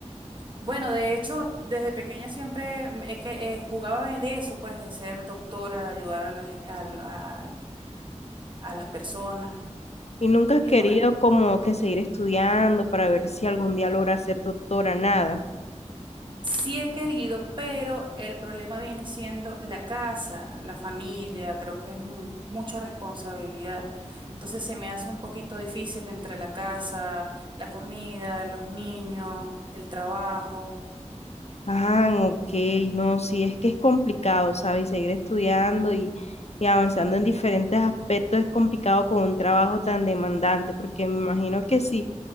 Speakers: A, on the right (about 40°); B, on the left (about 60°).
A: Bueno, de hecho, desde pequeña siempre me- que, eh, jugaba de eso, pues, de ser doctora, ayudar a las, al- al- a las personas.
B: ¿Y nunca has
A: Y
B: querido
A: bueno.
B: como que seguir estudiando para ver si algún día logras ser doctora? Nada.
A: Sí he querido, pero el problema viene siendo la casa, la familia, creo que es mu- mucha responsabilidad. Entonces se me hace un poquito difícil entre la casa, la comida, los niños, el trabajo.
B: Ah, ok, no, sí, es que es complicado, ¿sabes? Seguir estudiando y, y avanzando en diferentes aspectos es complicado con un trabajo tan demandante, porque me imagino que sí